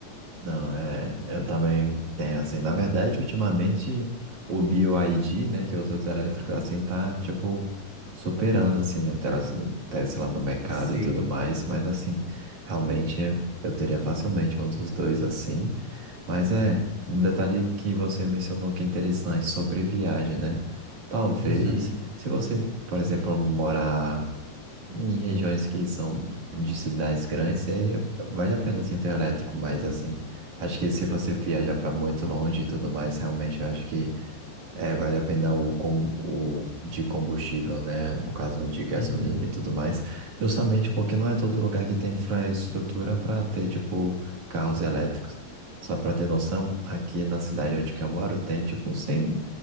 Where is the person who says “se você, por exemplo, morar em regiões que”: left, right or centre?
Right